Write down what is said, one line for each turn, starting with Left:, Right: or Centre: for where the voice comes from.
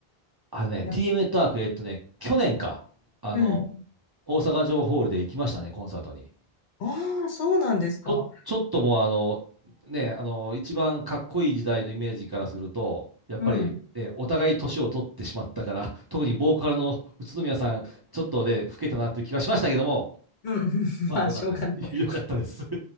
Right: あのね、
Left: な
Right: TM ネットワーク、えっとね、去年か、あの、
Left: うん。
Right: 大阪城ホールで行きましたね、コンサートに。
Left: ああ、そうなんですか。
Right: ちょ、ちょっともうあの、ね、あの、一番かっこいい時代のイメージからすると、やっぱり、
Left: うん。
Right: えお互い年を取ってしまったから、<laughs> 特にボーカルの宇都宮さん、ちょっとね、老けたなという気はしましたけども、
Left: うん、うん、うん <laughs>
Right: まあ、
Left: まあ、
Right: 良かったです。
Left: しょうがない。
Right: <laughs> 良かったです。<laughs>